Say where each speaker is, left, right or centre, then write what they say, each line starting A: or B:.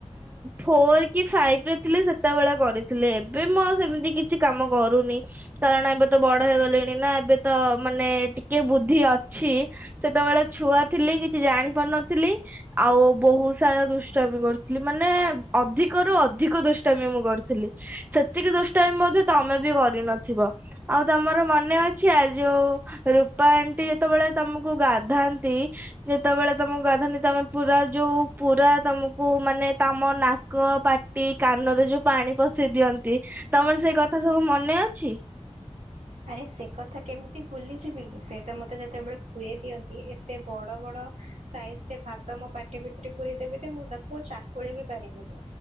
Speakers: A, on the right; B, on the right.
A: ଫୋର କି ଫାଇଭ ରେ ଥିଲି ସେତେବେଳେ କରିଥିଲି ଏବେ ମୁଁ ଆଉ ସେମିତି କିଛି କାମ କରୁନି। କାରଣ ଏବେ ତ ବଡ ହେଇଗଲିଣି ନା ଏବେ ତ ମାନେ ଟିକେ ବୁଦ୍ଧି ଅଛି। ସେତେବେଳେ ଛୁଆ ଥିଲି କିଛି ଜାଣି ପାରୁନଥିଲି। ଆଉ ବହୁତ ସାରା ଦୁଷ୍ଟାମୀ କରୁଥିଲି ମାନେ ଅଧିକରୁୁ ଅଧିକ ଦୁଷ୍ଟାମୀ ମୁଁ କରୁଥିଲି। ସେତିକି ଦୁଷ୍ଟାମୀ ମଧ୍ୟ ତମେ ବି କରିନଥିବ। ଆଉ ତମର ମନେ ଅଛି ଆ ଯୋଉ ରୂପା ଆଣ୍ଟି ଯେତେବେଳେ ତମକୁ ଗାଧାନ୍ତି ଯେତେବେଳେ ତମୁ ଗାଧାନ୍ତି ତମେ ପୁରା ଯୋଉ ପୁରା ତମକୁ ମାନେ ତମ ନାକ ପା ଟି କାନରେ ଯୋଉ ପାଣି ପଶେଇ ଦିଅନ୍ତି ତମର ସେଇ କଥା ସବୁ ମନେ ଅଛି।
B: ଆରେ ସେ କଥା କେମିତି ଭୁଲିଯିବି ସେ ତ ମତେ ଯେତେବେଳେ ଖୁଏଇ ଦିଅନ୍ତି ଏତେ ବଡ ବଡ ସାଇଜରେ ଭାତ ମୋ ପାଟି ଭିତରେ ପୁରେଇ ଦେବେ ଯେ ମୁଁ ତାକୁ ଚାକୁଳି ବି ପାରିବିନି